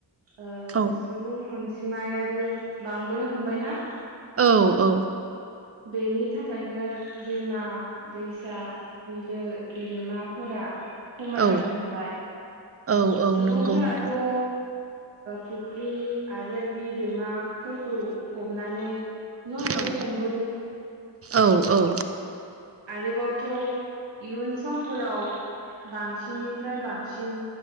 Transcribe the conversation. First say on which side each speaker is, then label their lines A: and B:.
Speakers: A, on the right; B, on the right.
A: ओ
B: औ
A: सुबुं अनजि मायाबो बांबोनो हमबायना
B: औ औ
A: बेनि थाखायनो दैमा दैसा बिलो बिलोमाफोरा खमायलांनो
B: औ
A: हमबाय
B: औ औ
A: सुबुंफोराथ'
B: नंगौ नोंथां
A: ओ फुख्रि आरो बिलोमाफोरखौ फबनानै न' लुनो
B: औ
A: हमबो।
B: औ औ
A: आरोबावथ' इयुन समफोराव बांसिननिफ्राय बांसिन